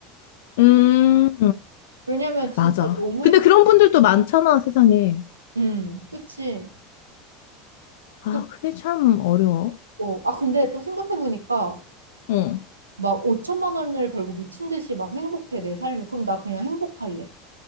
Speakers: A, on the left; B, on the right.
A: 음,
B: 왜냐면 진짜
A: 맞아.
B: 너무
A: 근데
B: 행,
A: 그런 분들도 많잖아, 세상에.
B: 음, 그치.
A: 아,
B: 그,
A: 그게 참 어려워.
B: 어, 아, 근데 또 생각해보니까
A: 응.
B: 막 5천만 원을 벌고 미친 듯이 막 행복해, 내 삶이. 그럼 나 그냥 행복할래.